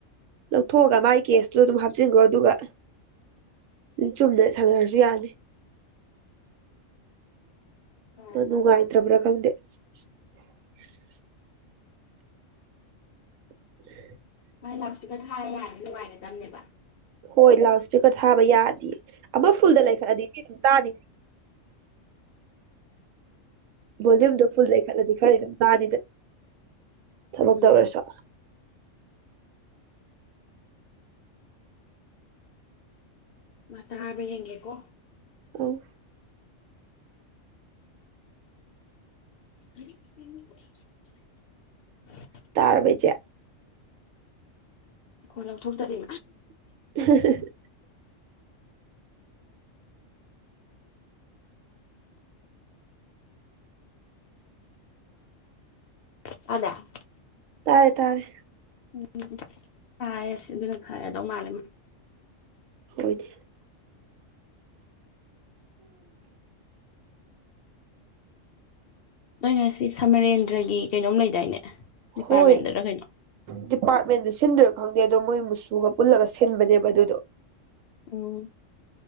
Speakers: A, on the right; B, on the left.
A: ꯂꯧꯊꯣꯛꯑꯒ ꯃꯥꯏ ꯀꯦꯁꯇꯨ ꯑꯗꯨꯝ ꯍꯥꯞꯆꯤꯟꯒꯔꯣ ꯑꯗꯨꯒ ꯆꯨꯝꯅ ꯁꯥꯟꯅꯔꯖꯨ ꯌꯥꯅꯤ꯫
B: <unintelligible>
A: ꯅꯨꯡꯉꯥꯏꯇ꯭ꯔꯕ꯭ꯔꯥ ꯈꯪꯗꯦ <inaudible> <unintelligible>
B: ꯃꯥꯏ ꯂꯥꯎꯗ ꯏꯁꯄꯤꯀꯔ ꯊꯥꯔ ꯌꯥꯔꯗꯤ ꯅꯨꯡꯉꯥꯏꯒꯗꯕꯅꯦꯕ꯫
A: ꯍꯣꯏ ꯂꯥꯎꯗ ꯏꯁꯄꯤꯀꯔ ꯊꯥꯕ ꯌꯥꯗꯦ ꯑꯃ ꯐꯨꯜꯗ ꯂꯩꯈꯠꯂꯗꯤ ꯁꯤ ꯑꯗꯨꯝ ꯇꯥꯅꯤ꯫ ꯐꯣꯂꯨꯌꯨꯝꯗꯣ ꯐꯨꯜ ꯂꯩ ꯈꯠꯂꯗꯤ ꯈꯔꯗꯤ ꯑꯗꯨꯝ ꯇꯥꯅꯤꯗ ꯊꯕꯛ
B: ꯎꯝ
A: ꯇꯧꯔꯁꯨ꯫
B: ꯃꯥ ꯇꯥꯕꯔ ꯌꯦꯡꯒꯦꯀꯣ꯫
A: ꯌꯝ
B: <unintelligible>
A: ꯇꯥꯔꯕ ꯏꯆꯦ꯫
B: ꯈꯣꯏ ꯂꯧꯊꯣꯛꯇꯔꯤ꯫
A: <unintelligible>
B: ꯇꯥꯕꯔ꯫
A: ꯇꯥꯔꯦ ꯇꯥꯔꯦ꯫
B: ꯎꯝ ꯄꯥꯏꯔ ꯁꯤꯟꯕꯏ ꯐꯔꯗꯧ ꯃꯥꯜꯂꯦ ꯎꯝ꯫
A: ꯍꯣꯏꯗ
B: ꯅꯣꯏ ꯉꯁꯤ ꯁꯃꯔꯦꯟꯗ꯭ꯔꯒꯤ ꯀꯩꯅꯣꯝ ꯂꯩꯗꯥꯏꯅꯦ꯫ ꯗꯤꯄꯥꯔꯠꯃꯦꯟꯗꯔ
A: ꯍꯣꯏ
B: ꯀꯩꯅꯣ
A: ꯗꯤꯄꯥꯔꯠꯃꯦꯟꯗ ꯁꯤꯟꯗꯣꯏ ꯈꯪꯗꯦ ꯑꯗꯣ ꯃꯣꯏ ꯃꯨꯁꯨꯒ ꯄꯨꯜꯂꯒ ꯁꯤꯟꯕꯅꯦꯕ ꯑꯗꯨꯗꯣ꯫
B: ꯑꯣ꯫